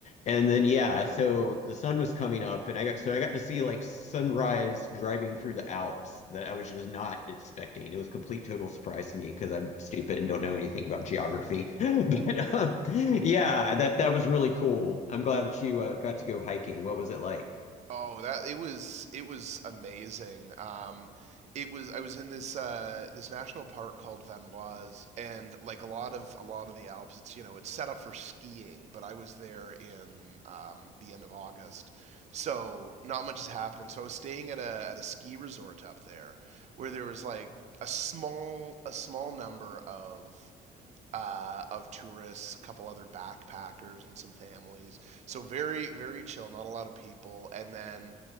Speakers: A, on the left; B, on the right.
A: And then yeah, so the sun was coming up and I got so I got to see like sunrise driving through the Alps that I was just not expecting. It was a complete total surprise to me because I'm stupid and don't know anything about geography.
B: <laughs>
A: <laughs> But um, yeah, that that was really cool. I'm glad that you uh, got to go hiking. What was it like?
B: Oh, that it was it was amazing. Um, it was I was in this uh, this national park called Vanoise, and like a lot of a lot of the Alps, it's you know it's set up for skiing, but I was there in um, the end of August, so not much is happening. So I was staying at a at a ski resort up there, where there was like a small a small number of uh, of tourists, a couple other backpackers, and some families. So very, very chill, not a lot of people. And then